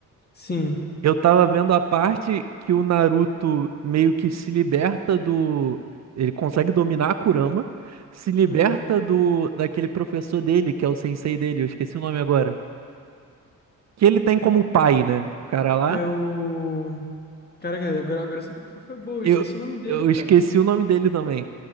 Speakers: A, on the left; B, on the right.
A: sim.
B: Eu tava vendo a parte que o Naruto meio que se liberta do. Ele consegue dominar a Kurama, se liberta
A: Uhum.
B: do daquele professor dele, que é o sensei dele, eu esqueci o nome agora. Que ele tem como pai, né? O cara lá.
A: Eu. Caraca, agora, agora você foi, foi foi boa, eu
B: Eu,
A: esqueci o nome dele,
B: eu
A: cara.
B: esqueci o nome dele também.